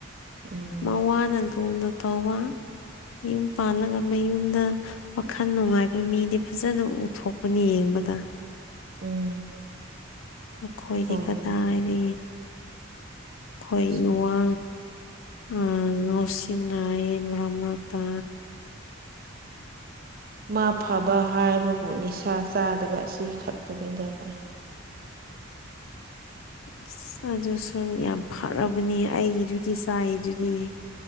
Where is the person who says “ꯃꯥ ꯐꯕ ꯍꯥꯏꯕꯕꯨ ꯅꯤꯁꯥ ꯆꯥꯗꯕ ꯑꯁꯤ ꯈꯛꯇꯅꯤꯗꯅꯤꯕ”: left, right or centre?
Right